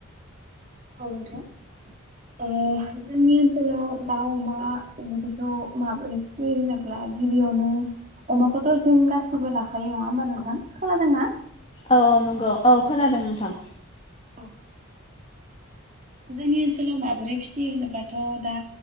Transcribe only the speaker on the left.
औ औ नंगौ औ खोनादों नोंथां।